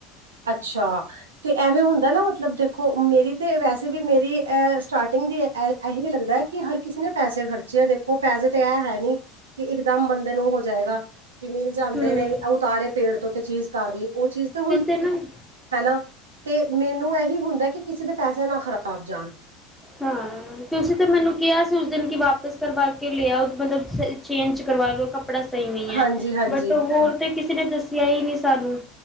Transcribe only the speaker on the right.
ਅੱਛਾ। ਤੇ ਐਵੇਂ ਹੁੰਦਾ ਨਾ ਮਤਲਬ ਦੇਖੋ ਮੇਰੀ ਤੇ ਵੈਸੇ ਵੀ ਮੇਰੀ ਸਟਾਰਟਿੰਗ ਦੀ- ਇਹ ਵੀ ਲੱਗਦਾ ਹੈ ਕਿ ਹਰ ਕਿਸੇ ਨੇ ਪੈਸੇ ਖਰਚੇ ਹੈ ਦੇਖੋ ਪੈਸੇ ਤੇ ਇਹ ਹੈ ਨਹੀਂ? ਕਿ ਇਕਦਮ ਬੰਦੇ ਨੂੰ ਹੋ ਜਾਏਗਾ। ਕੀ ਮਿਲ ਜਾਂਦੇ
ਨੇ ਉਤਾਰੇ ਪੇੜ ਤੋ ਤੇ ਚੀਜ਼ ਕਰ ਲਈ ਓ ਚੀਜ਼ ਤੇ ਹੁਣ
ਹੈਨਾ, ਤੇ ਮੈਨੂੰ ਐਹੀ ਹੁੰਦੈ ਕਿ ਕਿਸੇ ਦੇ ਪੈਸੇ ਨਾ ਖ਼ਰਾਬ ਜਾਣ।
ਹਾਂਜੀ
ਹਾਂਜੀ